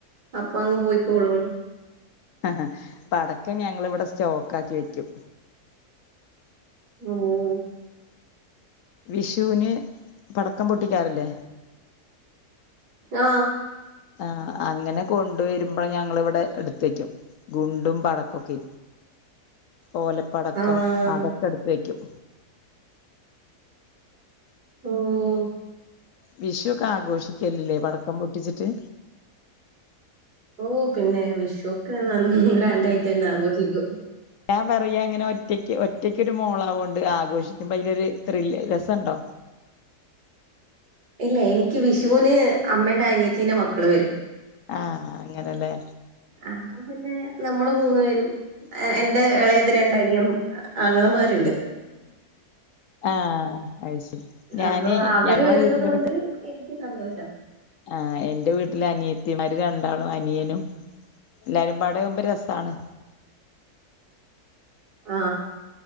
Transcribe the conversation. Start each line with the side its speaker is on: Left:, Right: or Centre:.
Right: അപ്പൊ അങ്ങ് പോയികോളും.
Left: ആഹാ പടക്കം ഞങ്ങൾ ഇവിടെ സ്റ്റോക്ക് ആക്കി വെക്കും.
Right: ഉം.
Left: വിഷുവിന് പടക്കം പൊട്ടിക്കാറി ല്ലേ?
Right: ആ.
Left: ആ, അങ്ങനെ കൊണ്ട് വരുമ്പോൾ ഞങ്ങൾ ഇവിടെ എടുത്തു വയ്ക്കും. ഗുണ്ടും പടക്കൊക്കെ, ഓലപ്പടക്കം,
Right: ആഹ്
Left: അതൊക്കെ എടുത്തു വയ്ക്കും.
Right: ഉം.
Left: വിഷു ഒക്കെ ആഘോഷിക്കല്ലല്ലേ പടക്കം പൊട്ടിച്ചിട്ട്?
Right: ഓ, പിന്നെ വിഷു അതൊക്ക നല്ല ഗ്രാൻഡ ആയിട്ട് തന്നെ ആഘോഷിക്കും.
Left: ഞാൻ പറയാ അങ്ങനെ ഒറ്റക്ക് ഒറ്റക്കരു മോളാവോണ്ട് ഒര് ആഘോഷിക്കുമ്പോൾ അതിലൊരു ത്രില്ല് രസം ഉണ്ടോ?
Right: ഇല്ല എനിക്ക് വിഷുന് അമ്മയുടെ അനീ യത്തിന്റെ മക്കള് വരും.
Left: ആ, അങ്ങനെല്ലേ.
Right: അപ്പ പിന്നെ നമ്മൾ മൂന്ന് പേരും. എന്റെ എ ളയത് രണ്ട് രണ്ടു അനിയൻ,, ആങ്ങളമാരുണ്ട്.
Left: ആഹ് അത് ശരി ഞാന്
Right: അപ്പൊ അവര്
Left: ഞങ്ങളെ
Right: വരുന്നുന്നത്
Left: വീട്ടിലൊക്കെ
Right: കൊണ്ട് എനിക്ക് സന്തോഷം.
Left: ആ, എന്റെ വീട്ടില് അനിയത്തിമാര് രണ്ടാളും അനിയനും. എല്ലാവരും പാടെ ആവുമ്പോൾ രസമാണ്.
Right: ആ.